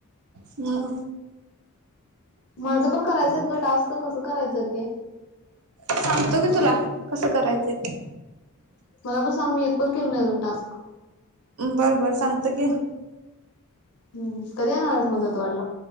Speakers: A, on the right; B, on the left.
A: हो
B: माझं पण करायचंय ग टास्क कसं करायचंय ते
A: सांगतो की तुला कसं करायचं ते
B: मला पण सांग मी एक पण केला नाही अजून टास्क
A: बरं बरं सांगत की
B: हम्म कधी येणार आहेस मग दत्त वाढला